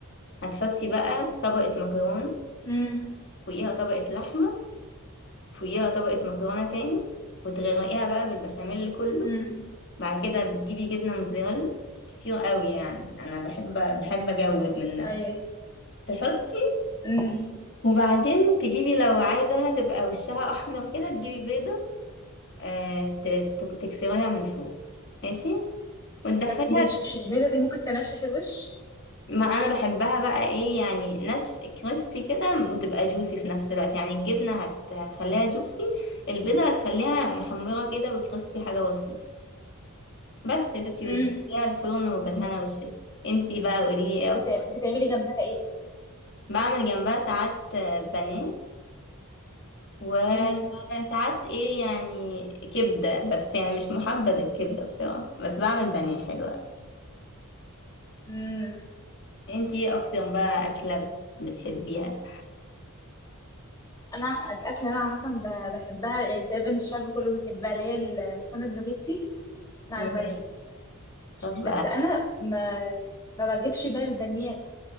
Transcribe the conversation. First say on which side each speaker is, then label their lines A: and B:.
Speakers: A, on the left; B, on the left.
A: هتحطي بقى طبقة مكرونة
B: امم
A: فوقيها طبقة لحمة فوقيها طبقة مكرونة تاني وتغرقيها بقى بالبشاميل كله
B: امم
A: بعد كده بتجيبي جبنة موتزاريلا كتير قوي يعني انا بحب بحب اجود من نفسي
B: ايوه
A: تحطي
B: امم
A: وبعدين تجيبي لو عايزاها تبقى وشها احمر كده تجيبي بيضة آه ت- ت- تكسريها من فوق ماشي وتدخليها
B: بس مش مش البيضه دي ممكن تنشف الوش
A: ما انا بحبها بقى ايه يعني ناشف كريسبي كده وتبقى جوسي في نفس الوقت يعني الجبنة هت... هتخليها جوسي البيضة هتخليها محمرة كده وكريسبي حاجة بسيطة بس يا ستي
B: امم
A: وتدخليها الفرن وبالهنا والشفا انتي بقى قوليلي ايه
B: بتع...
A: اكتر
B: بتعملي جنبها
A: بعمل جنبها ساعات آه، بانيه وساعات
B: ايه
A: ايه يعني كبدة بس يعني مش محبذ الكبدة بصراحة بس بعمل بانيه حلو أوي
B: مم.
A: انتي ايه اكتر بقى أكلة بت- بتحبيها
B: انا الاكل اللي انا عامه ب- بحبها يعني تقريبا الشعب كله بيحبها اللي هي المكرونه سباجيتي مع
A: ياه
B: البانيه
A: طب
B: بس
A: بقى
B: انا ما ما بجيبش بقى البانيه